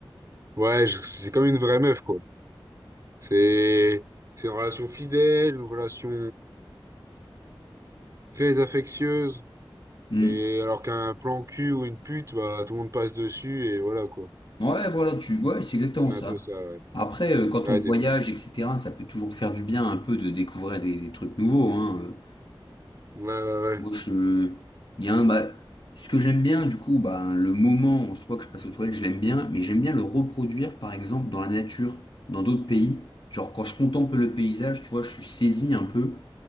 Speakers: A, on the right (about 35°); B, on the left (about 65°).
A: Ouais, je- c'est comme une vraie meuf, quoi. C'est, c'est une relation fidèle, une relation très affectueuse.
B: Hmm.
A: Et alors qu'un plan cul ou une pute, bah, tout le monde passe dessus et voilà, quoi.
B: Ouais, voilà, tu... ouais, c'est exactement
A: C'est
B: ça.
A: un peu ça, ouais.
B: Après, euh, quand
A: Ouais,
B: on voyage,
A: des... Ouais,
B: etc., ça peut toujours faire du bien un peu de découvrir des, des trucs nouveaux, hein. Euh,
A: ouais, ouais.
B: Moi, je... Bien, bah, ce que j'aime bien, du coup, bah, le moment en soi que je passe aux toilettes, je l'aime bien, mais j'aime bien le reproduire, par exemple, dans la nature, dans d'autres pays. Genre, quand je contemple le paysage, tu vois, je suis saisi un peu.